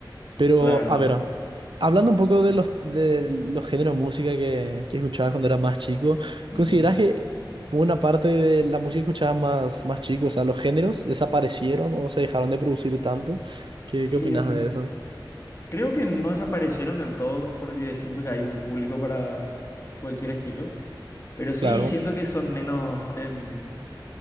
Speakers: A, on the right; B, on the left.
A: Pero,
B: claro.
A: a ver, ah, hablando un poco de los, de los géneros de música que, que escuchabas cuando eras más chico,
B: Ujú.
A: ¿consideras que buena parte de la música que escuchabas más, más chico, o sea, los géneros desaparecieron o se dejaron de producir tanto? ¿Qué,
B: Em,
A: qué opinas de eso?
B: creo que no desaparecieron del todo porque siento que hay un público para cualquier estilo, pero sí
A: Claro,
B: siento que son menos, em,